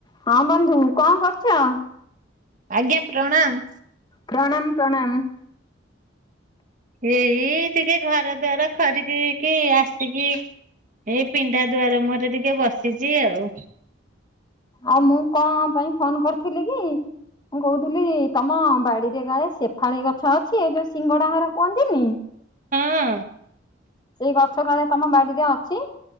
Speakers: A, on the left (about 20°); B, on the right (about 40°).
A: ହଁ ବନ୍ଧୁ କଣ କରୁଚ।
B: ଆଜ୍ଞା ପ୍ରଣାମ।
A: ପ୍ରଣାମ ପ୍ରଣାମ।
B: ଏଇ ଟିକେ ଘର ଦ୍ୱାର ଖରିକି କି ଆସିକି ଏଇ ପିଣ୍ଢା ଦୁଆର ମୁହଁରେ ଟିକେ ବସିଚି ଆଉ।
A: ଆଉ ମୁଁ କଣ ପାଇଁ ଫୋନ କରିଥିଲି କି। ମୁଁ କହୁଥିଲି ତମ ବାଡିରେ କାଳେ ସେଫାଳି ଗଛ ଅଛି ଏ ଯୋଉ ସିଙ୍ଗଡା ହାର କୁହନ୍ତିନି।
B: ହଁ
A: ସେଇ ଗଛକାଳେ ତମ ବାଡିରେ ଅଛି।